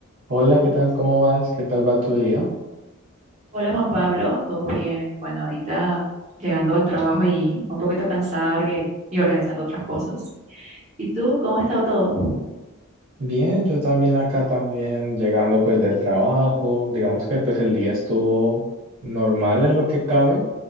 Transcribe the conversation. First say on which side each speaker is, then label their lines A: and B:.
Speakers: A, on the right; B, on the right.
A: Hola, ¿qué tal? ¿Cómo vas? ¿Qué tal va tu día?
B: Hola Juan Pablo, ¿todo bien? Bueno, ahorita llegando al trabajo y un poquito cansada porque- y organizando otras cosas. ¿Y tú, cómo ha estado todo?
A: Bien, yo también acá también llegando pues del trabajo. Digamos que pues el día estuvo normal en lo que cabe,